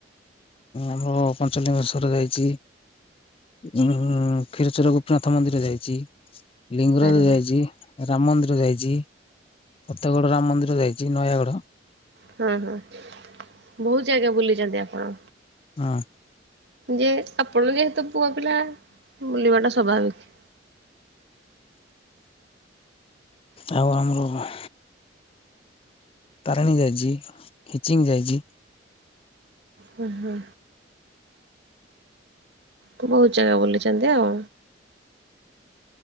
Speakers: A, on the left; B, on the right.
A: ଆମର ପଞ୍ଚଲିଙ୍ଗେଶ୍ୱର ଯାଇଛି। ଉଁଁ କ୍ଷୀରଚରା ଗୋପୀନାଥ ମନ୍ଦିର ଯାଇଛି। ଲିଙ୍ଗରାଜ
B: ଆରେ ବା
A: ଯାଇଛି, ରାମ ମନ୍ଦିର ଯାଇଛି, ଫତଗଡ ରାମ ମନ୍ଦିର ଯାଇ କି ନୟାଗଡ଼
B: ହଁ-ହଁ ବହୁତ୍ ଜାଗା ବୁଲିଛନ୍ତି ଆପଣ।
A: ହଁ
B: ଯେ ଆପଣ ଯେହେତୁ ପୁଅ ପିଲା ବୁଲିବାଟା ସ୍ୱାଭାବିକ୍।
A: ଆଉ ଆମ <unintelligible> ତାରିଣୀ ଯାଇଛି, ଖିଚିଙ୍ଗ୍ ଯାଇଛି।
B: ହୁ-ହୁ। ତୁ ବହୁତ୍ ଜାଗା ବୁଲିଛନ୍ତି ଆଉ।